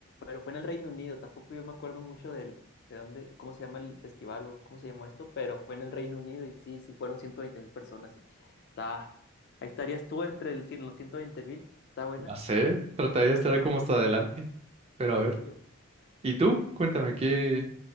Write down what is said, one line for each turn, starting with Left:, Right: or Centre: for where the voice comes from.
Left: pero fue en el Reino Unido. Tampoco yo me acuerdo mucho del, de dónde, cómo se llama el festival o cómo se llamó esto, pero fue en el Reino Unido y sí, sí fueron 120 mil personas. Sí. Está, ahí estarías tú entre el, cien- los 120 mil. Está buena.
Right: Ya sé, trataría de estar como hasta adelante, pero a ver.
Left: Y yo-
Right: ¿Y tú? Cuéntame, ¿qué,